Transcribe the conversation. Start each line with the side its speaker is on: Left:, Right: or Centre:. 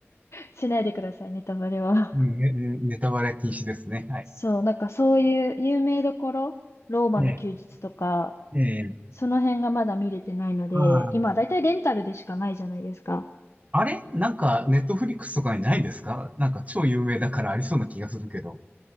Left: しないでくださいね、ネタバレは。
Right: ねねネタバレ禁止ですね。はい。
Left: そう、なんかそういう有名どころ、ローマの休日とか、
Right: ええ、ええ、
Left: その辺がまだ見れてないので、
Right: あー
Left: 今だいたいレンタルでしかないじゃないですか。
Right: あれなんか、ネットフリックスとかにないですかなんか超有名だからありそうな気がするけど。